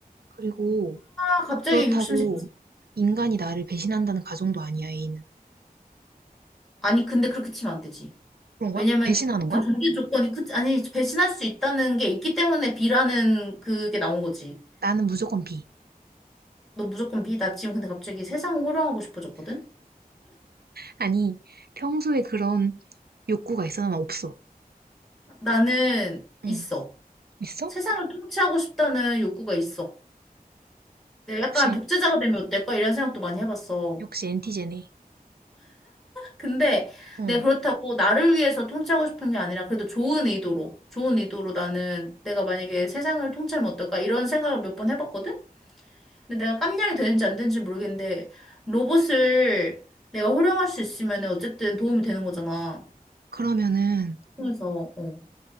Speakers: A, on the right (about 85°); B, in the centre.
A: 그리고
B: 아, 갑자기
A: 그렇다고
B: 욕심 생겼어.
A: 인간이 나를 배신한다는 가정도 아니야, A는.
B: 아니, 근데 그렇게 치면 안 되지.
A: 그런 거야?
B: 왜냐면
A: 배신하는
B: 그
A: 거야?
B: 전제 조건이, 그, 아니, 배신할 수 있다는 게 있기 때문에 B라는 그게 나온 거지.
A: 나는 무조건 B.
B: 너 무조건 B. 나 지금 근데 갑자기 세상을 호령하고 싶어졌거든?
A: 아니, 평소에 그런 욕구가 있어? 난 없어.
B: 나는
A: 응.
B: 있어.
A: 있어?
B: 세상을 통치하고 싶다는 욕구가 있어. 내가 약간
A: 역시,
B: 독재자가 되면 어떨까? 이런 생각도 많이 해봤어.
A: 역시 엔티제네.
B: 근데
A: 응.
B: 내가 그렇다고 나를 위해서 통치하고 싶은 게 아니라 그래도 좋은 의도로, 좋은 의도로 나는 내가 만약에 세상을 통치하면 어떨까 이런 생각을 몇 번 해봤거든? 근데 내가 깜냥이 되는지 안 되는지 모르겠는데 로봇을 내가 활용할 수 있으면 어쨌든 도움이 되는 거잖아.
A: 그러면은
B: 그래서 어.